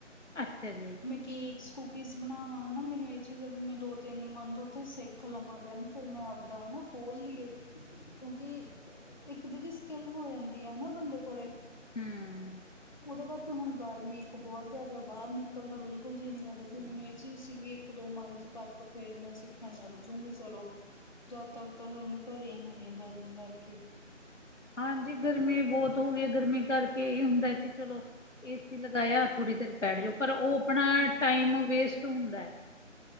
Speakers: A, on the left (about 70°); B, on the left (about 35°).
A: ਅੱਛਾ ਜੀ।
B: ਕੇਕਸ, ਕੁਕੀਜ ਬਣਾਵਾਂ ਹਨਾ ਮੈਨੂੰ ਇਹ ਚੀਜ਼ ਵੀ ਮੈਂ ਦੋ ਤਿੰਨ ਮੰਨਥ ਉੱਥੇ ਸਿੱਖ ਲਵਾਂ ਦਿਨ ਫੇਰ ਮੈਂ ਆਵਦਾ ਹਨਾ ਖੋਲ ਲਈਏ ਕਿਉਂਕਿ ਇੱਕ ਦੀਦੀ ਸਕਿੱਲ ਹੋ ਜਾਂਦੀ ਆ ਹਨਾ ਬੰਦੇ ਕੋਲੇ,
A: ਹਮ
B: ਉਹਦੇ ਕਰ ਕੇ ਹੁਣ ਗਰਮੀ ਇੱਕ ਬੋਹ ਜ਼ਿਆਦਾ ਆ ਬਾਹਰ ਨਿਕਲ ਦਾ ਬਿਲਕੁਲ ਜੀ ਨੀ ਕਰਦਾ ਫੇਰ ਮੈਨੂੰ ਇਹ ਚੀਜ਼ ਸੀ ਵੀ ਇੱਕ- ਦੋ ਮੰਥ ਤੱਕ ਫੇਰ ਮੈਂ ਸਿੱਖਣ ਲੱਗ ਜੂਗੀ ਚਲੋ। ਜਦ ਤੱਕ ਤਾਂ ਹੋਮ ਘਰੇ ਈ ਹੁਣੀ ਆ ਗਰਮੀ ਕਰਕੇ
A: ਹਾਂਜੀ ਗਰਮੀ ਬੋਤ ਹੋ ਗਈ ਗਰਮੀ ਕਰਕੇ ਇਹ ਹੁੰਦਾ ਕਿ ਚਲੋ ਏ ਸੀ ਲਗਾਇਆ ਥੋੜੀ ਦੇਰ ਬੈਠ ਜਾਓ ਪਰ ਉਹ ਆਪਣਾ ਟਾਈਮ ਵੇਸਟ ਹੁੰਦਾ ਹੈ।